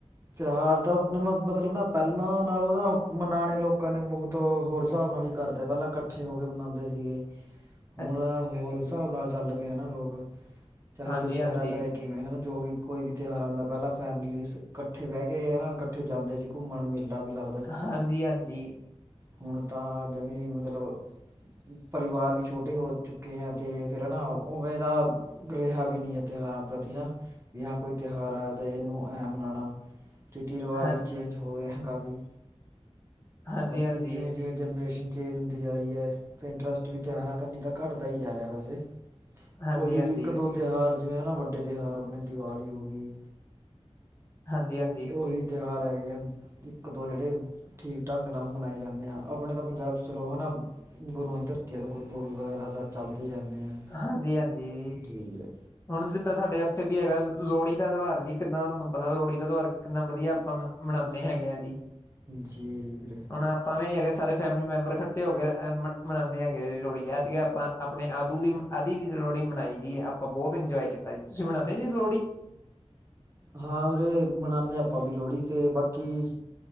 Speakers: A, on the right; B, on the left.
A: ਤਿਉਹਾਰ ਤਾਂ ਆ ਨ ਮਤਲਬ ਨਾ ਪਹਿਲਾਂ ਨਾਲੋਂ ਨਾ ਮਨਾਣੇ ਲੋਕਾਂ ਨੇ ਬਹੁਤ ਹੋਰ ਹਿਸਾਬ ਨਾਲ ਹੀ ਘਰ ਦੇ ਪਹਿਲਾਂ ਇਕੱਠੇ ਹੋ ਕੇ ਮਨਾਂਦੇ ਸੀਗੇ।
B: ਹਾਂ।
A: ਹੁਣ ਹੋਰ ਹਿਸਾਬ ਨਾਲ ਚੱਲ ਪਏ ਆ ਨਾ ਲੋਕ ਚਾਹੇ
B: ਹਾਂਜੀ
A: ਦੁਸਹਿਰਾ-ਚਾਹੇ
B: ਹਾਂਜੀ
A: ਕਿਵੇਂ ਹੈ ਨਾ ਜੋ ਵੀ ਕੋਈ ਵੀ ਤਿਉਹਾਰ ਆੰਦੈ ਪੈਲਾਂ ਫੈਮਲੀਸ ਕੱਠੇ ਬੈਹ ਕੇ ਯਾਰਾ ਕੱਠੇ ਜਾਂਦੇ ਸੀ ਘੁੰਮਣ। ਮੇਲਾ ਵੀ ਲੱਗ
B: ਹਾਂਜੀ-ਹਾਂਜੀ।
A: ਹੁਣ ਤਾਂ ਆਦਮੀ ਮਤਲਬ ਪਰਿਵਾਰ ਵੀ ਛੋਟੇ ਹੋ ਚੁੱਕੇ ਐ, ਤੇ ਫੇਰ ਹਨਾ ਉਵੇਂ ਦਾ ਰਿਹਾ ਵੀ ਨੀ ਏ ਤਿਉਹਾਰਾਂ ਪ੍ਰਤੀ ਨਾ ਵੀ ਹਾਂ ਕੋਈ ਤਿਉਹਾਰ ਆਯਾ ਤੇ ਇਨੂੰ ਐਂ ਮਨਾਣਾ। ਰੀਤੀ-ਰਿਵਾਜ਼
B: ਹਾਂ
A: ਵੀ ਚੇਂਜ ਹੋ ਗਏ ਹੈਂਅ ਕਾਫੀ।
B: ਹਾਂਜੀ
A: ਬਾਕੀ
B: ਹਾਂਜੀ
A: ਜਿਵੇਂ-ਜਿਵੇਂ ਜਨਰੇਸ਼ਨ ਚੇਂਜ ਹੁੰਦੀ ਜਾ ਰੀ ਐ ਤੇ ਇੰਟਰਸਟ ਵੀ ਤਿਉਹਾਰਾਂ ਕਨੀ ਤਾਂ ਘੱਟਦਾ ਹੀ ਜਾ ਰਿਹਾ ਵੈਸੇ।
B: ਹਾਂਜੀ
A: ਓਹੀ
B: ਹਾਂਜੀ ਹਾਂਜੀ
A: ਇੱਕ-ਦੋ ਤਿਉਹਾਰ ਜਿਵੇਂ ਹਨਾ ਵੱਡੇ ਤਿਉਹਾਰ ਅਪਣੇ ਦੀਵਾਲੀ ਹੋ ਗੀ‌।
B: ਹਾਂਜੀ-ਹਾਂਜੀ।
A: ਉਹੀ ਤਿਉਹਾਰ ਹੈਗੇ ਆ ਇੱਕ ਦੋ ਜਿਹੜੇ ਠੀਕ। ਢੰਗ ਨਾਲ ਮਨਾਏ ਜਾਂਦੇ ਆਾਂ ਆਪਣੇ ਤਾਂ ਪੰਜਾਬ ਚ ਚਲੋ ਹੈ ਨਾ ਗੁਰੂਆਂ ਦੀ ਧਰਤੀ ਐ ਦੇ ਗੁਰਪੁਰਬ ਵਗੈਰਾ ਤਾਂ ਚੱਲਦੇ ਹੀ ਰਹਿੰਦੇ ਹੈ।
B: ਹਾਂਜੀ-ਹਾਂਜੀ।
A: ਜੀ ਵੀਰੇ।
B: ਹੁਣ ਜਿੱਦਾਂ ਸਾਡੇ ਇੱਥੇ ਵੀ ਹੈਗਾ ਲੋਹੜੀ ਦਾ ਤਿਉਹਾਰ ਜੀ ਕਿੱਦਾਂ ਦਾ ਤੁਹਾਨੂੰ ਪਤਾ ਲੋਹੜੀ ਦਾ ਤਿਉਹਾਰ। ਕਿਨਾ ਵਧੀਆ ਆਪਾਂ ਮਨਾਉਦੇ ਹੈਗੇ ਆ ਜੀ
A: ਜੀ ਜੀ ਵੀਰੇ
B: ਹੁਣ ਆਪਾਂ ਵੀ ਅਗੇ ਸਾਰੇ। ਫੈਮਿਲੀ ਮੈਂਬਰ ਇਕੱਠੇ ਹੋ ਕੇ ਮਨਾਉਂਦੇ ਹੈਗੇ ਲੋਹੜੀ ਐਤ ਗਿ ਆਪਾਂ ਆਪਣੇ ਆਪ। ਦੂ ਦੀ ਆਧੀ ਦੀ ਲੋਹੜ ਮਨਾਈ ਜੀ ਆਪਾਂ ਬਹੁਤ ਇੰਜੋਏ ਕੀਤਾ ਜੀ ਤੁਸੀਂ ਮਨਾਉਂਦੇ ਨਿ ਜੀ ਲੋਹੜੀ।
A: ਹਾਂ ਵੀਰੇ ਮਨਾਦੇ ਹਾ ਆਪਾਂ ਵੀ ਲੋਹੜੀ ਤੇ ਬਾਕੀ।